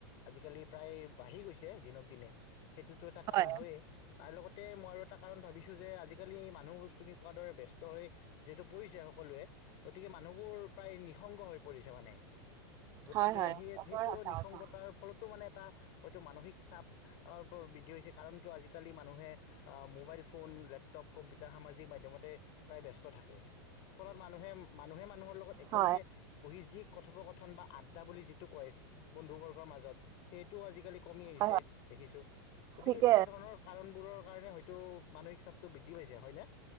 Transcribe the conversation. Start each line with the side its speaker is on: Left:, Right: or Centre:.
Left: আজিকালি প্ৰায় বাঢ়ি গৈছে দিনক-দিনে সেইটো এটা কাৰণ
Right: হয়।
Left: হয়ে। তাৰ লগতে মই আৰু এটা কাৰণ ভাবিছোঁ যে আজিকালি মানুহ তুমি কোৱাৰ দৰে ব্যস্ত হৈ যিহেতু পৰিছে সকলোৱে গতিকে মানুহবোৰ প্ৰায় নিঃসংগ হৈ পৰিছে মানে। গতিকে
Right: হয় হয়
Left: সেই-সেইটো
Right: একেবাৰে সঁচা
Left: নিঃসংগতাৰ
Right: কথা
Left: ফলতো মানে এটা হয়তো মানসিক চাপ অ বৰ বৃদ্ধি হৈছে কাৰণ কিয় আজিকালি মানুহে আহ মোবাইল ফোন লেপটপ কম্পিউটাৰ সামাজিক মাধ্যমতে প্ৰায় ব্যস্ত থাকে ফলত মানুহে মানুহে মানুহৰ লগত একেলগে
Right: হয়
Left: বহি যি কথোপকথন বা আড্ডা বুলি যিটো কয় বন্ধু বৰ্গৰ মাজত সেইটোও আজিকালি কমি আহিছে
Right: হয় হয়
Left: দেখিছোঁ গতিকে
Right: ঠিকে
Left: এনেকুৱা ধৰণৰ কাৰণবোৰৰ কাৰণে হয়তো মানসিক চাপটো বৃদ্ধি পাইছে হয়নে